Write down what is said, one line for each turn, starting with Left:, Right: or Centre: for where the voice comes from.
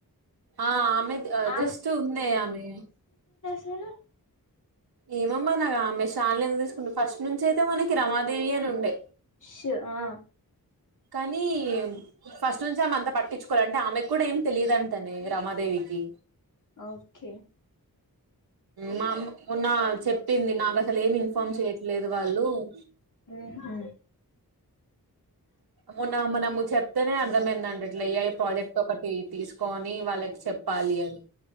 Right: ఆ ఆమె
Left: ఆమె
Right: జస్ట్ ఉండే ఆమె.
Left: చలో
Right: ఏమో మరి <unintelligible> తీసుకుంటే ఫస్ట్ నుంచి అయితే మనకి రమాదేవి అని ఉండే.
Left: షూ ఆ
Right: కనీ ఫస్ట్ నుంచి ఆమె అంత పట్టిచుకొలే అంటె ఆమెక్కూడ ఏం తెలియదంటనే రమాదేవి కీ
Left: ఓకే
Right: మా మొన్నా చెప్పింది నాకసలేం ఇన్ఫార్మ్ చేయట్లేదు వాళ్లు <inaudible>
Left: ఉహు
Right: మొన్నా మనము చెప్తెనే అర్థం అయిందండి ఇట్ల ఏఐ ప్రాజెక్ట్ ఒకటి తీసుకో అ నీ వాళ్ళకి చెప్పాలి అని.